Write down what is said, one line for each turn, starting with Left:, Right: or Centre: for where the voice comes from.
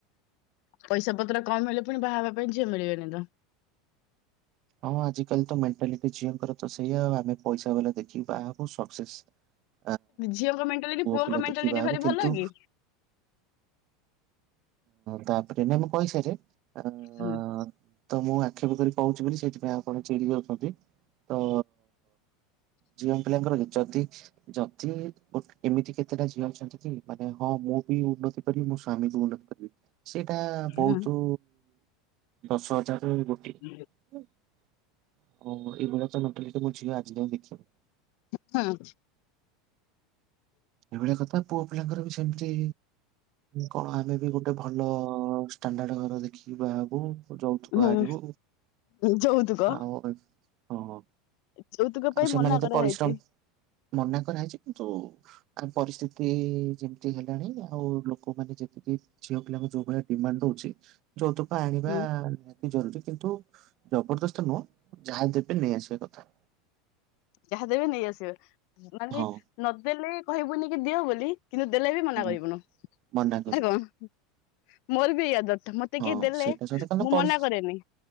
Left: ପଇସା ପତ୍ର କମ ହେଲେ ପୁଣି ବାହା ହେବା ପାଇଁ ଝିଅ ମିଳିବନି ତ।
Right: ହଁ। ଆଜିକାଲି ତ ମେଣ୍ଟାଲିଟି ଝିଅଙ୍କର ତ ସେଇଆଉ। ଆମେ ପଇସା ବାଲା ଦେଖିକି ବାହା ହକୁ ସକ୍ସେସ୍ <unintelligible>
Left: ଝିଅଙ୍କ ମେଣ୍ଟାଲିଟି
Right: ପୁଅ
Left: ପୁଅଙ୍କ
Right: ପିଲା
Left: ମେଣ୍ଟାଲିଟି
Right: ଦେଖିକି ବାହା ହବୁ
Left: ଭାରି
Right: କିନ୍ତୁ
Left: ଭଲ କି?
Right: ତାପରେ ଆମେ କହିସାରେ ଆ
Left: ହୁଁ
Right: ତ ମୁଁ ଆକ୍ଷେପ କରି କହୁଛି ବୋଲି ସେଇଥିପାଇଁ ଆପଣ ଚିଡି ଯାଉଛନ୍ତି ତ ଝିଅ ପିଲାଙ୍କର ଯଦି ଯଦି ବଟ ଏମିତି କେତେଟା ଝିଅ ଅଛନ୍ତି କି ମାନେ ହଁ ମୁଁ ବି ଉନ୍ନତି କରିବି ମୋ ସ୍ଵାମୀ ବି ଉନ୍ନତି କରିବି? ସେଟା ବହୁତ
Left: ହୁଁ
Right: ଦଶ ହଜାରରୁ ଗୋଟିଏ
Left: <unintelligible>
Right: ହ ଏଇଭଳିଆ ତ ମେଣ୍ଟାଲିଟି ମୋ ଝିଅ ଆଜି ଯାଏ ଦେଖିନି।
Left: ହଁ।
Right: ଏଇଭଳିଆ କଥା ପୁଅ ପିଲାଙ୍କର ବି ସେମିତି କଣ ଆମେ ବି ଗୋଟେ ଭଲ ଷ୍ଟାଣ୍ଡାଡ ଘର ଦେଖିକି ବାହା ହେବୁ? ଯୌତୁକ
Left: ହୁଁ
Right: ଆଣିବୁ
Left: ଯୌତୁକ
Right: ଆଉ ହଁ
Left: ଯୌତୁକ ପାଇଁ
Right: ଆଉ ସେମାନେ
Left: ମନା
Right: ତ
Left: କରାହେଇଛି।
Right: ପରିଶ୍ରମ ମନା କରାହେଇଛି କିନ୍ତୁ ଆ ପରିସ୍ଥିତି ଯେମତି ମିତି ହେଲାଣି ଆଉ ଲୋକମାନେ ଯେତିକି ଝିଅ ପିଲାଙ୍କୁ ଯୋଉ ଭଳିଆ ଡିମାଣ୍ଡ ଦଉଛି ଯୌତୁକ ଆଣିବା
Left: ହୁଁ
Right: ନିହା ତି ଜରୁରୀ କିନ୍ତୁ ଜବରଦସ୍ତ ନୁହଁ ଯାହା ଦେବେ ନେଇ ଆସିବା କଥା।
Left: ଯାହା ଦେବେ ନେଇଆସିବ ମାନେ
Right: ହଁ
Left: ନଦେଲେ କହିବୁନି କି ଦିଅ ବୋଲି କିନ୍ତୁ ଦେଲେ ବି ମନା
Right: ହୁଁ
Left: କରିବୁନୁ
Right: ମନା କରିବୁ
Left: ନାଇ କଣ ମୋର ବି ଏଇଆ ମତ ମତେ
Right: ହଁ
Left: କିଏ ଦେଲେ
Right: ସେଇଟା ସହିତ କାରଣ
Left: ମୁଁ
Right: ପରି
Left: ମନା କରେନି।